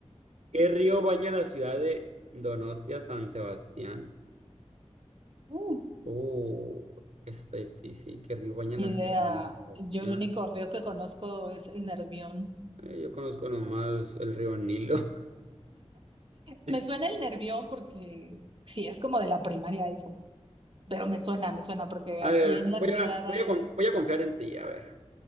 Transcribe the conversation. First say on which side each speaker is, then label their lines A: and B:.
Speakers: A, on the right; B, on the right.
A: ¿Qué río baña la ciudad de Donostia, San Sebastián?
B: Uh,
A: Uh, eso está difícil. ¿Qué río baña
B: ni
A: la
B: idea.
A: ciudad de Donostia, San
B: Yo
A: Sebastián?
B: el único río que conozco es el Nervión.
A: Eh, yo conozco nomás el río Nilo. <laughs>
B: Me suena el Nervión porque sí, es como de la primaria eso, pero me suena, me suena porque
A: A
B: aquí
A: ver,
B: en la
A: voy
B: ciudad
A: a,
B: hay...
A: voy a, con- voy a confiar en ti, a ver.